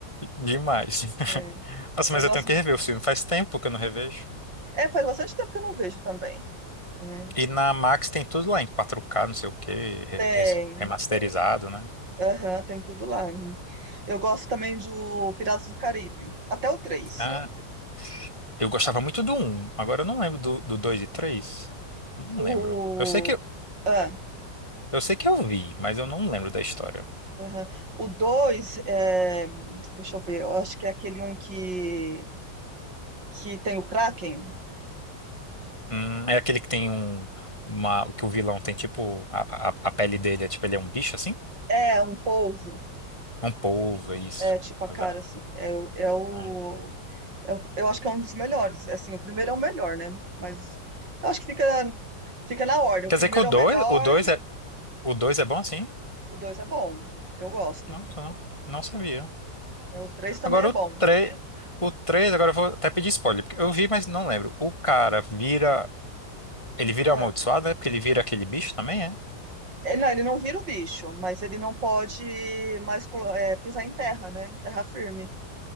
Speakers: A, on the left (about 15°); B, on the right (about 85°).
A: Demais.
B: É.
A: Nossa,
B: Eu
A: mas
B: gosto.
A: eu tenho que rever o filme. Faz tempo que eu não revejo.
B: É, faz bastante tempo que eu não vejo também, né?
A: E na Max tem tudo lá em 4K, não sei o quê, re-
B: Tem,
A: res- remasterizado, né?
B: aham, tem tudo lá. Eu gosto também do Piratas do Caribe, até o três
A: Ah, eu gostava muito do um Agora eu não lembro do, do 2 e três Não
B: O.
A: lembro. Eu sei que, eu
B: Ah,
A: eu sei que eu vi, mas eu não lembro da história.
B: aham. O 2 é... deixa eu ver, eu acho que é aquele um que, que tem o Kraken.
A: Hum, é aquele que tem um. Uma, que o vilão tem tipo. A, a, a pele dele é tipo, ele é um bicho assim?
B: É um polvo,
A: Um polvo, é isso.
B: é tipo a
A: Exato.
B: cara assim. É, o- é o.
A: É.
B: Eu, eu acho que é um dos melhores. Assim, o primeiro é o melhor, né? Mas eu acho que fica, fica na ordem. O
A: Quer
B: primeiro
A: dizer que o dois
B: é o melhor,
A: o dois é, o 2 é bom assim?
B: o dois é bom. Eu gosto.
A: Não, não, não sabia.
B: É, O três também
A: Agora
B: é bom.
A: o três o três agora eu vou até pedir spoiler, porque eu vi, mas não lembro. O cara vira, ele vira
B: É.
A: amaldiçoado, é? Porque ele vira aquele bicho também, é?
B: Ele, não, ele não vira o bicho, mas ele não pode mais colo- é, pisar em terra, né? Em terra firme.